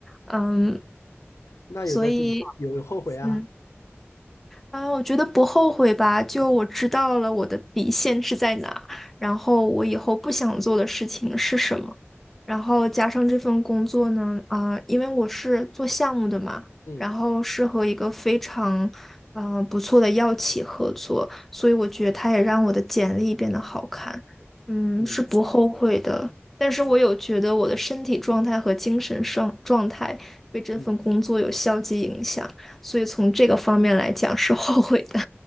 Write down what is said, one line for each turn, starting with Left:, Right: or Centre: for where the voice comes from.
Centre: 嗯，
Left: 那有在这个有有后悔啊？
Centre: 所以。嗯。嗯，我觉得不后悔吧，就我知道了我的底线是在哪，
Left: 嗯
Centre: 然后我以后不想做的事情是什么，然后加上这份工作呢，
Left: 啊
Centre: 啊、因为我是做项目的嘛，
Left: 嗯
Centre: 然后是和一个非常，嗯、不错的药企合作，所以我觉得它也让我的简历变得好看，嗯，
Left: 嗯
Centre: 是不后悔的，但是我有觉得我的身体状态和精神上状态被这份工作有消极影响。
Left: 嗯，
Centre: 所以从这个方面来讲是后悔的。